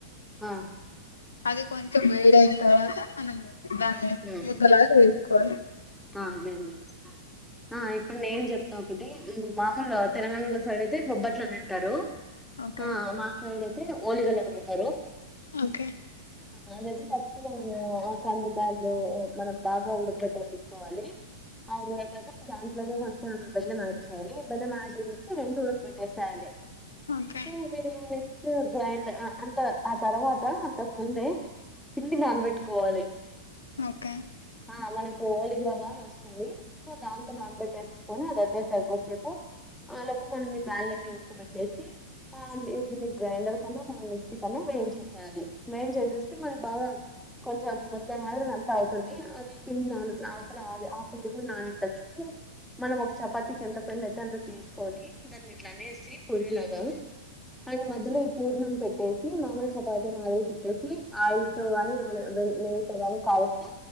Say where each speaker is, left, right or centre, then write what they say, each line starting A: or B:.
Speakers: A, in the centre; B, on the left (about 85°).
A: ఆ
B: అది కొంచెం వేడియిన తర్వాత మనం దాన్ని
A: అదేండి
B: ముద్ద్దలా కోను
A: ఆ అదే అండి ఆ ఇప్పుడు న ఏం చెప్ ఒకటి మామూలు తెలంగాణలో సైడ్ అయితే బొబ్బట్లోనే ఉంటారు
B: ఓకే
A: ఆ మాసడది మ హోళగలా మాతారు
B: ఓకే
A: అనేది ఫస్ట్ మనము ఆ కందిబ్యాలు మనం బాగా ఉడక పెట్టేసి స్ కోవాలి ఆ ఉడక గా దాంట్లోగా కొంచెం బెల్లం ఆడ్ చేయాలి, బెల్లం ఆడ్ చేసి రెండు ఉడక పెట్టేసేయాలి.
B: ఓకే
A: సో బెల్లం ఎ సో గ్రైండ్ ఆ అంత ఆ తర్వాత అంతకు ముందే పిల్లి నానబెట్టుకోవాలి
B: ఓకే
A: ఆ మన పోవాలి దూరంగాన్ వస్తుంది సో దాంతో నానబెట్టేసేసుకొని అది వదిలేసా కోసేపు ఆ లోక మన్ ఈ బాళ్ అన్ని ఉన్ కుక్ బేట్టేసి న్ని గ్రైండర్ కన్నా మ మిక్సీ కన్నా వేయిన్ చేసేయాలి. వేయింన్ చేసేస్తే మనకు బాగా కొంచెం ముద్ద మాదిరి అంత అవుతుంది అది పిండి నాన్ ఆ లాద్ ఆ పిళ్ల్కు నా టత్ మనం ఒక చపాతికి ఎంత పెండ్ అయితే అంత తీసుకొని, దాన్ని ఇట్లా అనేసి పూరి లాగా అండ్ మధ్యలో ఈ పూర్ణం పెట్టేసి మామూలు చపాతి మాదిలు తిప్పేసి ఆయిల్ తోగాని నూనె నెయ్యి తో కాని కాల్. తా